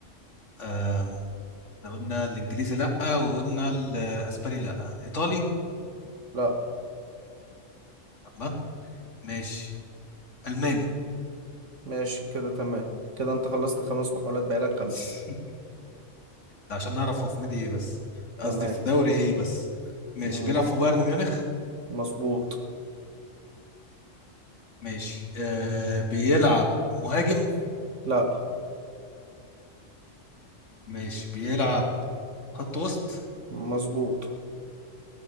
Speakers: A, on the left; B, on the right.
A: أم، احنا قلنا الانجليزي لا وقلنا الاسباني لا ايطالي
B: لأ
A: الله ماشي الماني
B: ماشي كده تمام كده انت خلصت خمس محاولات بقالك خمسة
A: <laughs> ده عشان نعرف هو في نادي ايه بس قصدي
B: تمام
A: في دوري ايه بس ماشي
B: مم.
A: بيلعب في بايرن ميونخ
B: مظبوط
A: ماشي آه بيلعب مهاجم
B: لا
A: ماشي بيلعب خط وسط
B: مظبوط